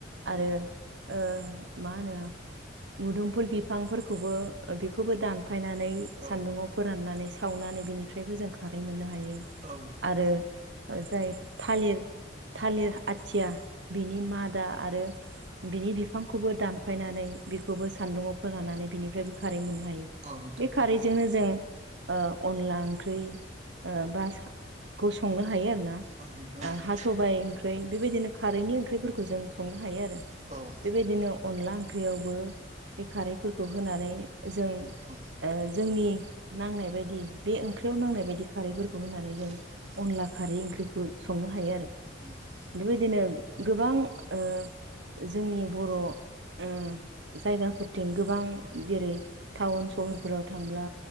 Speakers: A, on the right; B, on the right.
A: आरो
B: औ
A: ओ मा होनो मुदुमफुल बिफांफोरखौबो बेखौबो दानफायनानै
B: औ
A: सान्दुङाव फोराननानै सावनानै बिनिफ्रायबो जों खारै मोननो हायो
B: औ नोंथां
A: आरो जाय थालिर थालिर आथिया बिनि मादा आरो बिनि बिफांखौबो दानफायनानै बिखौबो सान्दुङाव फोरानानै बिनिफ्रायबो खारै मोननो हायो।
B: औ नोंथां
A: बे खारैजोंनो जों ओ अनला ओंख्रि ओ बा जों खौ संनो हायो आरो ना।
B: अ नोंथां नंगौ।
A: सबाइ ओंख्रि बेबायदिनो खारैनि ओंख्रिफोरखौ जों संनो हायो आरो।
B: औ।
A: बेबायदिनो अनला ओंख्रियावबो बे खारैफोरखौ होनानै जों
B: औ
A: ओ जोंनि नांनाय बायदि बे ओंख्रियाव नांनाय बायदि खारैफोरखौ होननानै जों
B: <inaudible>
A: अनला खारै ओंख्रिखौ संनो हायो आरो।
B: नोंथां
A: बेबायदिनो गोबां ओ जोंनि बर' ओ जायगाफोरथिं गोबां जेरै टाउन सहरफोराव थांब्ला